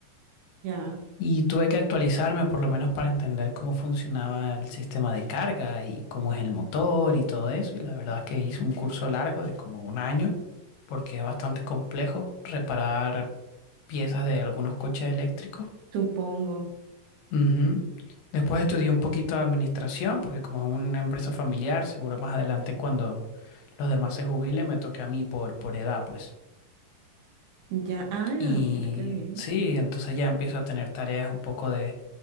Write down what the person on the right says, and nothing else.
ya,
supongo.
Ya, ah,
mira qué bien.